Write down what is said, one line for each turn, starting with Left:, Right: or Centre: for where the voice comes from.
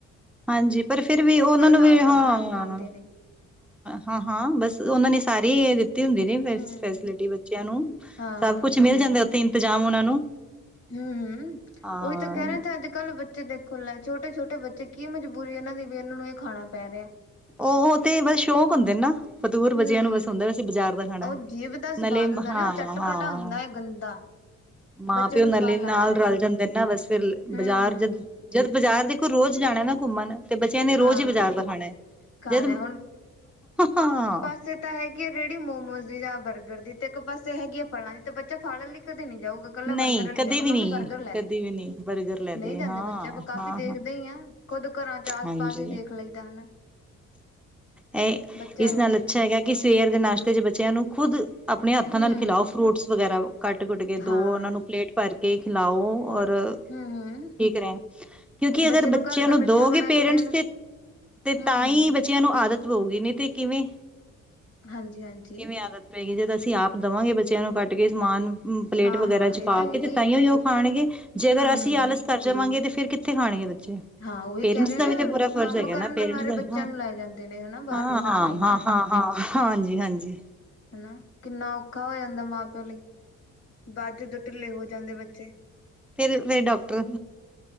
Centre: ਹਾਂਜੀ ਪਰ ਫਿਰ ਵੀ ਉਹਨਾਂ ਨੂੰ
Left: ਤਾਂ
Centre: ਵੀ
Left: ਆਪਦਾ
Centre: ਹਾਂ
Left: ਬਣਾ ਕੇ ਖਾਂਦੇ
Centre: ਹੂੰ
Left: ਨੇ
Centre: ਹਾਂ ਹਾਂ ਬਸ
Left: ਹਨਾ
Centre: ਉਹਨਾਂ ਨੇ ਸਾਰੀ ਦਿੱਤੀ ਹੁੰਦੀ ਨੇ ਫੈਸ
Left: ਹਮ
Centre: ਫੈਸਿਲਿਟੀ ਬੱਚਿਆਂ ਨੂੰ
Left: ਹਾਂ
Centre: ਸਭ ਕੁਛ ਮੇ ਮਿਲ ਜਾਂਦਾ ਉੱਥੇ ਇੰਤਜ਼ਾਮ ਉਹਨਾਂ ਨੂੰ
Left: ਹੂੰ ਹੂੰ
Centre: ਹਾਂ
Left: ਉਹੀ ਤਾਂ ਕਹਿ ਰੇ ਤੇ ਅੱਜ ਕੱਲ੍ਹ ਬੱਚੇ ਦੇਖੋ ਲੈ ਛੋਟੇ ਛੋਟੇ ਬੱਚੇ ਕੀ ਮਜਬੂਰੀ ਇਹਨਾਂ ਦੀ ਵੀ ਇਹਨਾਂ ਨੂੰ ਇਹ ਖਾਣਾ ਪੈ ਰਿਹਾ
Centre: ਉਹ ਉਹ ਤੇ ਬਸ ਸ਼ੌਕ ਹੁੰਦੇ ਨਾ ਫਤੂਰ ਬਚਿਆਂ
Left: ਹਮ
Centre: ਨੂੰ ਬਸ ਹੁੰਦਾ ਵੀ ਅਸੀ ਬਾਜ਼ਾਰ ਦਾ ਖਾਣਾ ਐ
Left: ਉਹ ਜੀਭ ਦਾ ਸਵਾਦ
Centre: ਨਾਲੇ
Left: ਹੁੰਦਾ
Centre: ਹਾ
Left: ਨਾ ਉਹ ਚਟਪਟਾ
Centre: ਅ
Left: ਹੁੰਦਾ ਹੈ ਗੰਦਾ
Centre: ਮਾ
Left: ਬੱਚੇ
Centre: ਪਿਓ
Left: ਨੂੰ
Centre: ਨਾਲੇ
Left: ਸਵਾਦ ਲੱਗਦਾ
Centre: ਨਾਲ ਰਲ
Left: ਏ
Centre: ਜਾਂਦੇ ਨਾ ਬਸ ਫੇਰ
Left: ਹੂੰ
Centre: ਬਾਜ਼ਾਰ ਜਦ ਜਦ ਬਜ਼ਾਰ ਦੇਖੋ ਰੋਜ਼ ਜਾਣਾ ਨਾ ਘੁੰਮਣ ਤੇ ਬੱਚਿਆਂ ਨੇ ਰੋਜ਼
Left: ਹਾਂ
Centre: ਹੀ ਬਜ਼ਾਰ ਦਾ ਖਾਣੈ
Left: ਖਾਣਾ
Centre: ਜਦ ਹਾਂ ਅ
Left: ਪਾ ਤਾਂ ਹੈਗੀ ਆ ਰੇਹੜੀ ਮੋਮੋਸ ਦੀ ਜਾਂ ਬਰਗਰ ਦੀ ਤੇ ਇੱਕ ਪਾਸੇ ਹੈਗੀ ਆ ਫਲਾਂ ਦੀ ਤੇ ਬੱਚਾ ਫਲ ਲਈ ਕਦੇ ਨੀ ਜਾਊਗਾ ਇਕੱਲਾ
Centre: ਨਹੀਂ
Left: ਬਰਗਰ ਲਈ
Centre: ਕਦੇ
Left: ਜਾਊਗਾ
Centre: ਵੀ
Left: ਮੰਮੀ
Centre: ਨਹੀਂ
Left: ਬਰਗਰ ਲੈਂਦੇ
Centre: ਕਦੇ ਵੀ ਨਹੀਂ ਬਰਗਰ ਲੈਦੇ
Left: ਨਹੀਂ ਜਾਂਦੇ
Centre: ਹਾਂ,
Left: ਬੱਚੇ ਆਪਾਂ ਕਾਫ਼ੀ
Centre: ਹਾਂ-ਹਾਂ
Left: ਦੇਖਦੇ ਹੀ ਆ ਖੁਦ ਘਰਾਂ ਚ ਆਸ
Centre: ਹਾਂਜੀ।
Left: ਪਾਸ ਹੀ ਦੇਖ ਲਈਦਾ ਹਨਾ
Centre: ਇਹ
Left: ਬੱਚੇ
Centre: ਇਸ
Left: ਇਹੋ
Centre: ਨਾਲ
Left: ਜਿਹੇ
Centre: ਅੱਛਾ
Left: ਵੀ
Centre: ਹੈਗਾ
Left: ਆ
Centre: ਕਿ ਸਵੇਰ ਦੇ ਨਾਸ਼ਤੇ ਚ ਬੱਚਿਆਂ ਨੂੰ ਖੁਦ ਆਪਣੇ ਹੱਥਾਂ
Left: ਹੂੰ
Centre: ਨਾਲ ਖਿਲਾਓ ਫਰੂਟਸ ਵਗੈਰਾ ਕੱਟ ਕੁੱਟ ਕੇ ਦੋ
Left: ਹਾਂ
Centre: ਉਹਨਾਂ ਨੂੰ ਪਲੇਟ ਭਰ ਕੇ ਖਿਲਾਓ ਔਰ
Left: ਹੂੰ
Centre: ਠੀਕ ਰਹਿਣ ਕਿਉਂਕਿ
Left: ਬੱਚੇ
Centre: ਅਗਰ ਬੱਚਿਆਂ
Left: ਘਰ ਦਾ
Centre: ਨੂੰ
Left: ਮਿੱਠਾ
Centre: ਦੋਗੇ
Left: ਬਣਾ
Centre: ਪੇਰੈਂਟਸ
Left: ਕੇ ਦੇਣਾ
Centre: ਤੇ ਤੇ
Left: ਹੂੰ
Centre: ਤਾਂ
Left: ਹੂੰ
Centre: ਹੀ ਬੱਚਿਆਂ ਨੂੰ ਆਦਤ ਪਊਗੀ ਨੀ ਤੇ ਕਿਵੇਂ
Left: ਹਾਂਜੀ ਹਾਂਜੀ
Centre: ਕਿਵੇਂ ਆਦਤ ਪਏਗੀ ਜੇ ਤਾਂ ਅਸੀਂ ਆਪ ਦੇਵਾਂਗੇ ਬੱਚਿਆਂ ਨੂੰ ਕੱਟ ਕੇ ਸਮਾਨ ਪਲੇਟ
Left: ਹਾਂ
Centre: ਵਗੈਰਾ
Left: ਹਾਂ
Centre: ਚ
Left: ਇਹ
Centre: ਪਾ
Left: ਤਾਂ ਹੈਗਾ
Centre: ਕੇ ਤੇ ਤਾਈ
Left: ਹੈ
Centre: ਹੀ ਉਹ ਖਾਣਗੇ ਜੇ ਅਗਰ
Left: ਹੂੰ
Centre: ਅਸੀਂ
Left: ਹੂੰ
Centre: ਆਲਸ ਕਰ ਜਾਵਾਂਗੇ ਤੇ ਫ਼ਿਰ ਕਿੱਥੇ ਖਾਣਗੇ ਬੱਚੇ
Left: ਹਾਂ ਉਹੀ
Centre: ਪੇਰੈਂਟਸ
Left: ਕਹਿ ਰਹੇ
Centre: ਦਾ
Left: ਨਾ
Centre: ਵੀ ਤੇ ਪੂਰਾ ਫਰਜ਼
Left: ਕੰਮ
Centre: ਹੈਗਾ
Left: ਕਰਨ
Centre: ਨਾ ਪੇਰੈਂਟਸ
Left: ਦੇ ਮਾਰੇ
Centre: ਦਾ
Left: ਬੱਚਿਆਂ
Centre: ਹਾਂ
Left: ਨੂੰ ਲੈ ਜਾਂਦੇ ਨੇ ਹਨਾ ਬਾਹਰ
Centre: ਹਾਂ
Left: ਖਵਾਉਣ ਦੇ ਮਾਰੇ
Centre: ਹਾਂ ਹਾਂ ਹਾਂ ਹਾਂਜੀ ਹਾਂਜੀ।
Left: ਹਨਾ ਕਿੰਨਾ ਔਖਾ ਹੋ ਜਾਂਦਾ ਮਾਂ ਪਿਓ ਲਈ ਬਾਚ ਜਦੋਂ ਢਿੱਲੇ ਹੋ ਜਾਂਦੇ ਬੱਚੇ
Centre: ਫਿਰ ਫੇਰ ਡਾਕਟਰ